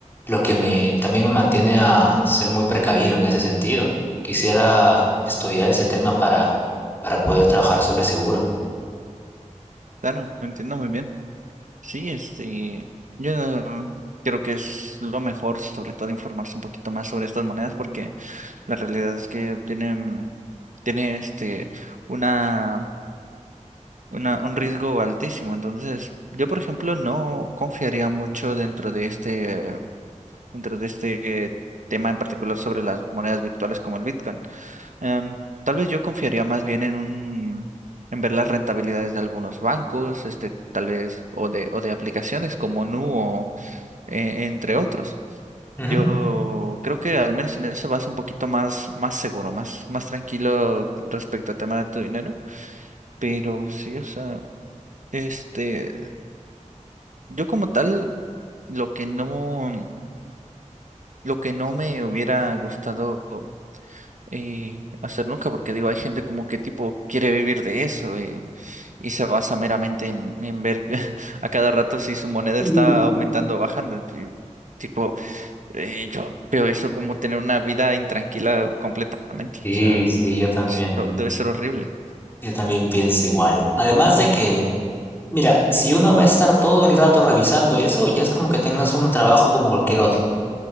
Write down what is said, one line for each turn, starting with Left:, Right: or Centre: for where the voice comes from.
Left: lo que me, también me mantiene a ser muy precavido en ese sentido. Quisiera estudiar ese tema para, para poder trabajar sobre seguro.
Right: claro, entiendo muy bien. Sí, este, yo no- creo que es lo mejor, sobre todo, informarse un poquito más sobre estas monedas, porque la realidad es que tienen, tiene este, una, una, un riesgo altísimo. Entonces, yo, por ejemplo, no confiaría mucho dentro de este, dentro de este tema en particular sobre las monedas virtuales como el Bitcoin. Em, tal vez yo confiaría más bien en un, en ver las rentabilidades de algunos bancos, este, tal vez, o de, o de aplicaciones como Nu eh, entre otros.
Left: Ujú.
Right: Yo creo que al menos en eso vas un poquito más, más seguro, más, más tranquilo respecto al tema de tu dinero. Pero sí, o sea, este, yo como tal, lo que no, lo que no me hubiera gustado eh, hacer nunca, porque digo, hay gente como que tipo quiere vivir de eso y, y se basa meramente en, en ver <laughs> a cada rato si su moneda
Left: Sí,
Right: está aumentando o bajando. Y, tipo, eh, yo veo eso como tener una vida intranquila completamente.
Left: sí,
Right: O sea,
Left: sí, yo también,
Right: esto debe ser horrible.
Left: yo también pienso igual. Además de que, mira, si uno va a estar todo el rato revisando eso, ya es como que tengas un trabajo como cualquier otro.